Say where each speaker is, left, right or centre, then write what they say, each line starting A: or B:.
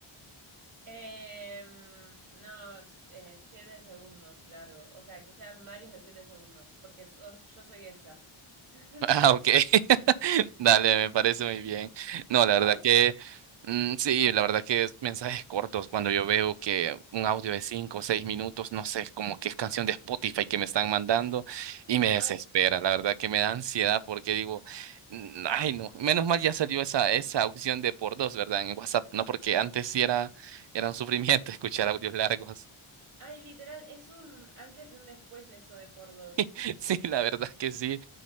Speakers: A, on the right (about 75°); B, on the right (about 60°).
A: Em, no, s- eh, siete segundos largos. O sea, que sean varios de siete segundos, porque so- yo soy esa. <laughs>
B: Ah, ok. <laughs> Dale, me parece muy bien. No, la
A: ¿Vos?
B: verdad que mm, sí, la verdad que es mensajes cortos. Cuando yo veo que un audio de cinco o seis minutos, no sé, como que es canción de Spotify que me están mandando y me desespera.
A: Ay, sí.
B: La verdad que me da ansiedad porque digo, mm, ay, no, menos mal ya salió esa, esa opción de por dos, ¿verdad? En WhatsApp, no, porque antes sí era, era un sufrimiento <laughs> escuchar audios largos.
A: Ay, literal, es un antes y un después eso de por dos.
B: <laughs> Sí, la verdad que sí.